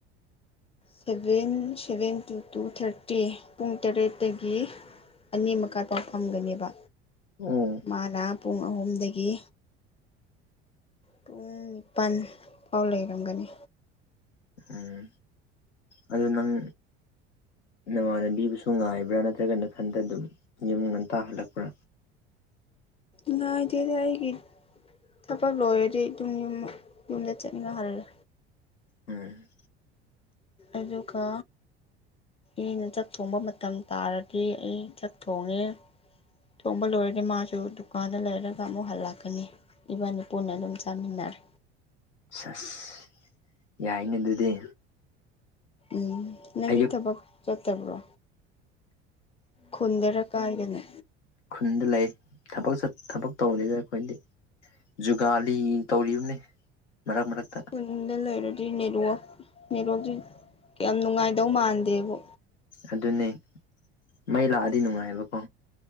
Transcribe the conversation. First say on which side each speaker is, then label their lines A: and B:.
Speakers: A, on the left; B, on the left.
A: seven seven two two thirty ꯄꯨꯡ ꯇꯔꯦꯠꯇꯒꯤ ꯑꯅꯤ ꯃꯈꯥꯠ ꯄꯥꯎ ꯐꯝꯒꯅꯦꯕ
B: ꯎꯝ
A: ꯃꯥꯅ ꯄꯨꯡ ꯑꯍꯨꯝꯗꯒꯤ ꯄꯨꯡ ꯅꯤꯄꯟ ꯐꯥꯎ ꯂꯩꯔꯝꯒꯅꯤ
B: ꯎꯝ ꯑꯗꯨ ꯅꯪ ꯅꯃꯥꯟꯅꯕꯤꯕꯨꯁꯨ ꯉꯥꯏꯕ꯭ꯔꯥ ꯅꯠꯇ꯭ꯔꯒ ꯅꯊꯟꯗ ꯑꯗꯨꯝ ꯌꯨꯝ ꯉꯟꯇꯥ ꯍꯜꯂꯛꯄ꯭ꯔꯥ
A: ꯉꯥꯏꯗꯦꯗꯥ ꯑꯩꯒꯤ ꯊꯕꯛ ꯂꯣꯏꯔꯗꯤ ꯑꯗꯨꯝ ꯌꯨꯝ ꯌꯨꯝꯗ ꯆꯠꯅꯤꯡꯉꯥꯏ ꯍꯜꯂꯦ
B: ꯎꯝ
A: ꯑꯗꯨꯒ ꯏꯅ ꯆꯥꯛ ꯊꯣꯡꯕ ꯃꯇꯝ ꯇꯥꯔꯗꯤ ꯑꯩ ꯆꯥꯛ ꯊꯣꯡꯉꯦ ꯊꯣꯡꯕ ꯂꯣꯏꯔꯗꯤ ꯃꯥꯁꯨ ꯗꯨꯀꯥꯟꯗ ꯂꯩꯔꯒ ꯑꯃꯨꯛ ꯍꯜꯂꯛꯀꯅꯤ ꯏꯕꯥꯅꯤ ꯄꯨꯟꯅ ꯑꯗꯨꯝ ꯆꯥꯃꯤꯟꯅꯔꯦ
B: ꯁꯦꯁ ꯌꯥꯏꯅꯦ ꯑꯗꯨꯗꯤ
A: ꯎꯝ ꯅꯪꯗꯤ
B: ꯑꯌꯨꯛ
A: ꯊꯕꯛ ꯆꯠꯇꯕ꯭ꯔꯣ ꯈꯨꯟꯗꯔ ꯀꯥꯏꯗꯅꯣ
B: ꯈꯨꯟꯗ ꯂꯩ ꯊꯕꯛ ꯆꯠ ꯊꯕꯛ ꯇꯧꯗꯦꯗ ꯑꯩꯈꯣꯏꯗꯤ ꯖꯨꯒꯥꯂꯤ ꯇꯧꯔꯤꯕꯅꯤ ꯃꯔꯛ ꯃꯔꯛꯇ
A: ꯈꯨꯟꯗ ꯂꯩꯔꯗꯤ ꯅꯦꯠꯋꯥꯛ ꯅꯦꯠꯋꯥꯛꯖꯤ ꯌꯥꯝ ꯅꯨꯡꯉꯥꯏꯗꯧ ꯃꯥꯟꯗꯦꯕꯨ
B: ꯑꯗꯨꯅꯦ ꯃꯩ ꯂꯥꯛꯑꯗꯤ ꯅꯨꯡꯉꯥꯏꯕꯀꯣ